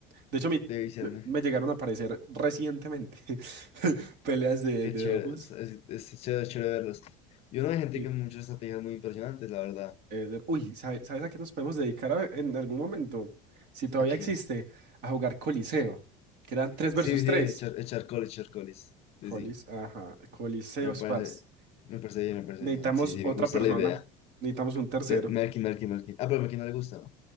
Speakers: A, on the right; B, on the left.
A: De hecho, a mí
B: de viciarme.
A: me, me llegaron a aparecer recientemente <laughs> peleas de,
B: Qué
A: de
B: chévere,
A: dojos.
B: es, es, es chévere, chévere verlas. Yo no hay gente
A: Sí.
B: que muchas estrategias muy impresionantes, la verdad.
A: Eh, de- uy, ¿sabe- ¿sabes a qué nos podemos dedicar a- en algún momento? Si todavía
B: Aquí.
A: existe, a jugar Coliseo, que eran 3
B: Sí,
A: versus tres
B: sí, echar, echar colis, echar colis. Sí,
A: Colis,
B: sí.
A: ajá, Coliseo
B: Me
A: Spars.
B: parece, me parece bien, me parece
A: Necesitamos
B: bien. Sí, sí,
A: otra
B: me gusta
A: persona,
B: la idea.
A: necesitamos un tercero.
B: De Merkin, Merkin, Merkin. Ah, pero Merkin no le gusta, ¿no?